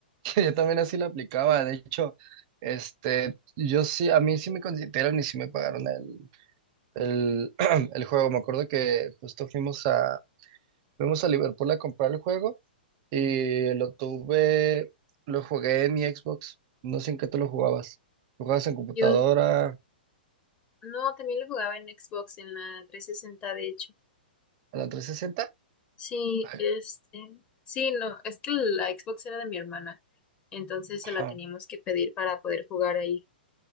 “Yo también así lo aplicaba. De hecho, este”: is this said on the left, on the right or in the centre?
Right